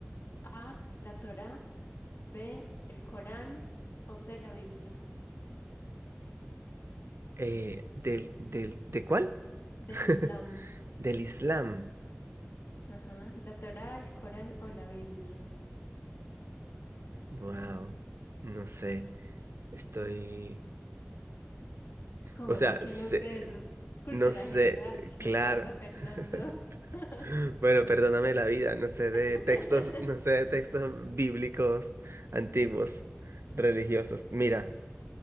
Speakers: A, on the left; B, on the right.
A: A, la Torá, B, el Corán o C, la Biblia.
B: Eh, del, del, ¿de cuál?
A: Del
B: <laughs>
A: Islam.
B: Del Islam.
A: Ajá, la Torá, el Corán o la Biblia.
B: Wow. No sé. Estoy.
A: ¿Cómo
B: O
A: así
B: sea,
A: que
B: se-
A: no sé? Eso es cultura
B: no sé,
A: general. ¿Qué
B: claro.
A: pasa, Fernando?
B: <laughs>
A: <laughs>
B: Bueno, perdóname la vida, no sé de
A: <laughs>
B: textos, no sé de textos bíblicos antiguos, religiosos. Mira,